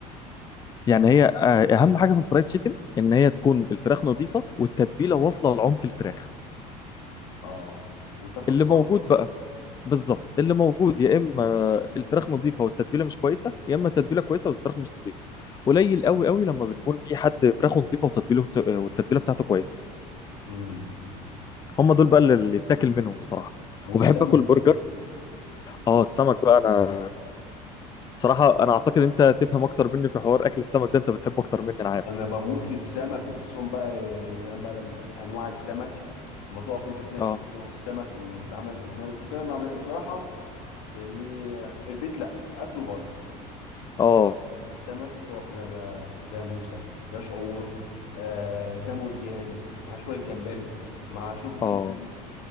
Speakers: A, on the left (about 20°); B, on the left (about 80°).
A: يعني هي آه، اهم حاجه في الفرايد تشيكن ان هي تكون الفراخ نظيفه والتتبيله واصله لعمق الفراخ
B: اه وتاخد
A: اللي
B: صوص
A: موجود بقى بالظبط اللي موجود يا اما الفراخ نظيفه والتتبيله مش كويسه يا اما التتبيله كويسه والفراخ مش نظيفه قليل قوي قوي لما بتكون في حد فراخه نظيفه وتتبيله والتتبيله بتاعته كويسه
B: مم.
A: هم دول بقى اللي يتاكل منهم بصراحه
B: والسمك
A: وبحب اكل برجر اه السمك بقى انا الصراحه انا اعتقد انت تفهم اكتر مني في حوار اكل السمك ده انت بتحبه اكتر مني انا عارف
B: انا بموت في السمك وخصوصا بقى يا سلام بقى لما انواع السمك ما تقف انت تنقي
A: اه
B: كده نوع السمك ويتعمل قدامك بس انا بعمل بصراحة يعني البيت لا اكله بره
A: اه
B: السمك وتقف تنا- بقى ده موسى ده شعور آه ده مرجان مع شوية جمبري مع شوربة سي
A: اه
B: فود